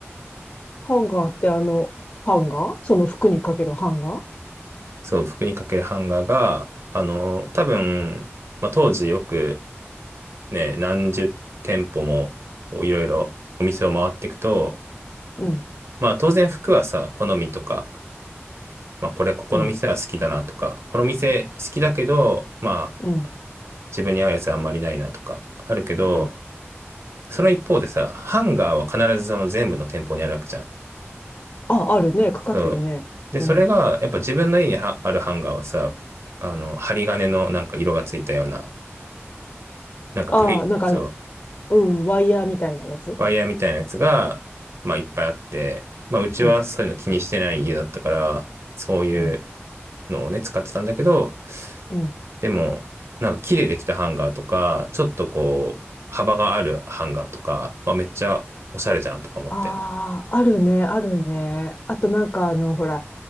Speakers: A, on the left; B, on the right.
A: ハンガーってあの、ハンガーその服にかけるハンガー
B: そう、服にかけるハンガーが、あの、多分、まあ当時よくね、何十店舗もこういろいろお店を回っていくと、
A: うん、
B: まあ当然服はさ、好みとかまあ、これ、ここの店は好きだなとか、
A: うん、
B: この店好きだけど、まあ、
A: うん、
B: 自分に合うやつあんまりないなとか、あるけど、
A: うん。
B: その一方でさ、ハンガーは必ずその全部の店舗にあるわけじゃん。
A: あ、あるね。かかってるね。
B: そう。で、
A: うん。
B: それが、やっぱ自分の家にはあるハンガーはさ、あの、針金のなんか色がついたような、なんか栗、
A: ああ、なんかあの、
B: そう、
A: うん、ワイヤーみたいなやつ。
B: ワイヤーみたいなやつが、まあ、いっぱいあって、まあ、うちはそういうの気にしてない家だったから、
A: うん、
B: そういう
A: うん、
B: のをね、使ってたんだけど、
A: うん。
B: でも、なんか木でできたハンガーとか、ちょっとこう、幅があるハンガーとかはめっちゃおしゃれじゃんとか思って。
A: ああ、あるね、あるね。あとなんかあの、ほら、